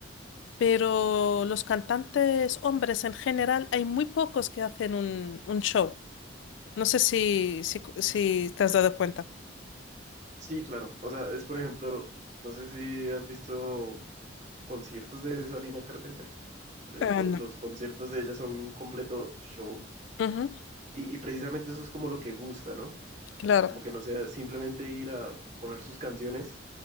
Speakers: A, on the left; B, on the right.
A: Pero los cantantes hombres en general, hay muy pocos que hacen un, un show. No sé si, si, si te has dado cuenta.
B: Sí, claro. O sea, es por ejemplo, no sé si has visto conciertos de Sabrina Carpenter. Por ejemplo,
A: Ah, no.
B: los conciertos de ella son un completo show
A: Ujú,
B: y, y precisamente eso es como lo que gusta, ¿no?
A: claro.
B: Como que no sea simplemente ir a poner sus canciones